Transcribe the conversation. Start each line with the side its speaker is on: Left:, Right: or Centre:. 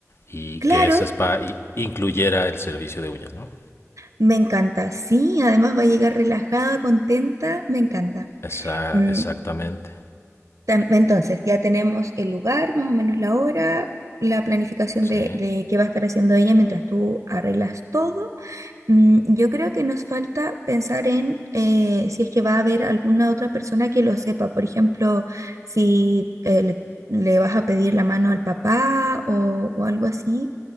Left: y
Right: claro.
Left: que ese spa i- incluyera el servicio de uñas, ¿no?
Right: Me encanta, sí, además va a llegar relajada, contenta, me encanta.
Left: Esa-
Right: Mm,
Left: exactamente.
Right: tam- entonces, ya tenemos el lugar, más o menos la hora, la planificación
Left: Sí.
Right: de, de qué va a estar haciendo ella mientras tú arreglas todo. Mm, yo creo que nos falta pensar en eh, si es que va a haber alguna otra persona que lo sepa, por ejemplo, si eh, le, le vas a pedir la mano al papá o, o algo así